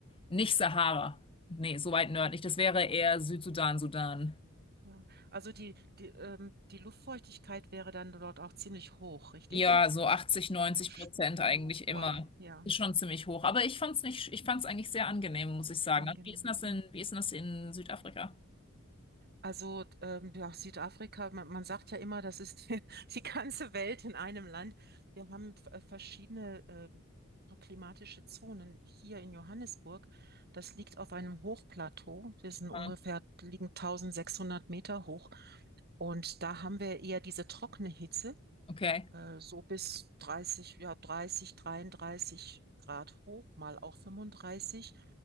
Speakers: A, on the left; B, on the right.
A: nicht Sahara. Nee, so weit nördlich. Das wäre
B: Ja.
A: eher Südsudan, Sudan.
B: Ja. Also die, die, ähm, die Luftfeuchtigkeit wäre dann dort auch ziemlich hoch, richtig?
A: Ja, so 80, 90
B: So, sch-
A: Prozent
B: oh,
A: eigentlich
B: wow,
A: immer.
B: ja,
A: Ist schon ziemlich hoch. Aber ich fand's nicht, ich fand's eigentlich sehr angenehm, muss ich sagen.
B: angenehm.
A: Wie ist denn das
B: Mhm.
A: in, wie ist denn das in Südafrika?
B: Also ähm, ja, Südafrika, man, man sagt ja immer, das ist <laughs> die, die ganze Welt in einem Land. Wir haben äh, verschiedene ähm, so klimatische Zonen hier in Johannesburg. Das liegt auf einem Hochplateau. Wir sind ungefähr,
A: Ah,
B: liegen tausendsechshundert Meter hoch. Und da haben wir eher diese trockene Hitze.
A: Okay.
B: äh, so bis 30, ja, 30, 33 Grad hoch, mal auch 35.